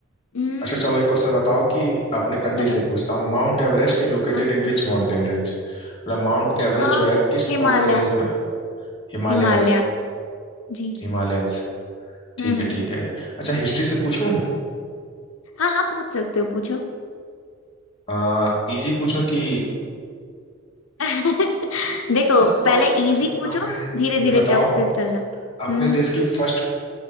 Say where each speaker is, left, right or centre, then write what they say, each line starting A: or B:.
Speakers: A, on the left; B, on the left.
A: हम्म,
B: अच्छा चलो एक क्वेश्चन बताओ कि अपने कंट्री
A: चलो
B: से पूछता हूँ Mount Everest is located
A: हाँ
B: in which mountain range मतलब माउंट एवरेस्ट
A: आ,
B: जो है किस
A: हिमालय
B: माउंटेन रेंज में हिमालयंस
A: हिमालय जी
B: हिमालयंस ठीक
A: हम्म
B: है
A: हम्म
B: ठीक है अच्छा हिस्ट्री से पूछूं
A: हाँ हाँ पूछ सकते हो पूछो
B: आ, इजी पूछूं कि
A: <laughs> देखो
B: अच्छा फर्स्ट
A: पहले
B: अच्छा
A: इजी
B: बताओ
A: पूछो
B: मुझे
A: धीरे
B: मुझे
A: धीरे
B: बताओ
A: टफ पे चलना
B: अपने
A: हम्म
B: देश की फर्स्ट